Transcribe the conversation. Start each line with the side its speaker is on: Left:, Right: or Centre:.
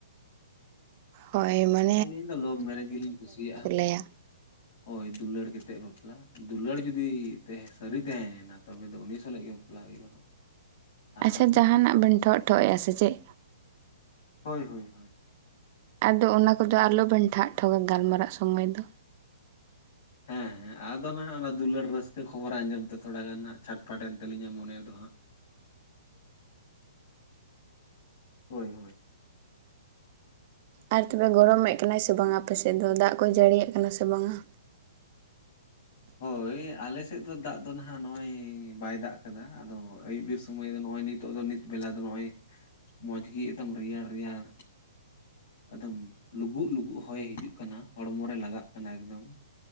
Right: ᱦᱚᱭ ᱢᱟᱱ <inaudible>
Left: ᱟᱹᱞᱤᱧ ᱫᱚ ᱞᱳᱵᱷ ᱢᱮᱨᱮᱡᱽ ᱜᱮᱞᱤᱧ ᱠᱩᱥᱤᱭᱟᱜᱼᱟ
Right: ᱞᱟᱹᱭᱟ
Left: ᱦᱳᱭ ᱫᱩᱞᱟᱹᱲ ᱠᱟᱛᱮᱫ ᱵᱟᱯᱞᱟ ᱫᱩᱞᱟᱹᱲ ᱡᱩᱫᱤ ᱛᱟᱦᱮᱸ ᱥᱟᱹᱨᱤ ᱛᱟᱦᱮᱸᱭᱮᱱᱟ ᱛᱚᱵᱮ ᱫᱚ ᱩᱱᱤ ᱥᱟᱞᱟᱜ ᱜᱮ ᱵᱟᱯᱞᱟ ᱦᱩᱭᱩᱜᱼᱟ ᱦᱟᱸᱜ
Right: ᱟᱪᱪᱷᱟ
Left: ᱟᱨ ᱵᱟᱠᱷᱟᱡ
Right: ᱡᱟᱦᱟᱱᱟᱜ
Left: ᱫᱚ ᱱᱟᱦᱟᱜ
Right: ᱵᱮᱱ ᱴᱷᱚᱜ ᱴᱷᱚᱜ ᱮᱼᱟ ᱥᱮ ᱪᱮᱫ
Left: ᱦᱳᱭ ᱦᱳᱭ ᱦᱳᱭ
Right: ᱟᱫᱚ ᱚᱱᱟ ᱠᱚᱫᱚ ᱟᱞᱚᱵᱮᱱ ᱴᱷᱟᱜ ᱴᱷᱚᱜᱟ ᱜᱟᱞᱢᱟᱨᱟᱜ ᱥᱚᱢᱚᱭ ᱫᱚ
Left: ᱦᱮᱸ ᱦᱮᱸ ᱟᱫᱚ ᱱᱟᱦᱟᱜ ᱚᱱᱟ ᱫᱩᱞᱟᱹᱲ ᱨᱟᱹᱥᱠᱟᱹ ᱠᱷᱚᱵᱚᱨᱟ ᱟᱸᱡᱚᱢ ᱛᱮ ᱛᱷᱚᱲᱟ ᱜᱟᱱ ᱦᱟᱜ ᱪᱷᱟᱴᱯᱴᱮᱱ ᱛᱟᱞᱞᱤᱧᱟ ᱢᱚᱱᱮ ᱨᱮᱫᱚ ᱦᱟᱸᱜ ᱦᱳᱭ ᱦᱳᱭ
Right: ᱟᱨ ᱛᱚᱵᱮ ᱜᱚᱨᱚᱢᱮᱫ ᱠᱟᱱᱟᱭ ᱥᱮ ᱵᱟᱝᱟ ᱟᱯᱮᱥᱮᱫ ᱫᱚ ᱫᱟᱜ ᱠᱚᱭ ᱡᱟᱹᱲᱤᱭᱟᱜ ᱠᱟᱱᱟ ᱥᱮ ᱵᱟᱝᱟ
Left: ᱦᱳᱭ ᱟᱞᱮᱥᱮᱫ ᱫᱚ ᱫᱟᱜ ᱫᱚ ᱱᱟᱦᱟᱜ ᱱᱚᱜᱼᱚᱭ ᱵᱟᱭ ᱫᱟᱜ ᱟᱠᱟᱫᱟ ᱟᱫᱚ ᱟᱹᱭᱩᱵ ᱵᱮᱨ ᱥᱚᱢᱚᱭ ᱫᱚ ᱱᱚᱜᱼᱚᱭ ᱱᱤᱛ ᱱᱤᱛᱚᱜ ᱫᱚ ᱱᱤᱛ ᱵᱮᱞᱟ ᱫᱚ ᱱᱚᱜᱼᱚᱭ ᱢᱚᱡᱽ ᱜᱮ ᱮᱠᱫᱚᱢ ᱨᱮᱭᱟᱲ ᱨᱮᱭᱟᱲ ᱮᱠᱫᱚᱢ ᱞᱩᱜ ᱞᱩᱜ ᱦᱚᱭ ᱦᱤᱡᱩᱜ ᱠᱟᱱᱟ ᱦᱚᱲᱢᱚ ᱨᱮ ᱞᱟᱜᱟᱜ ᱠᱟᱱᱟ ᱮᱠᱫᱚᱢ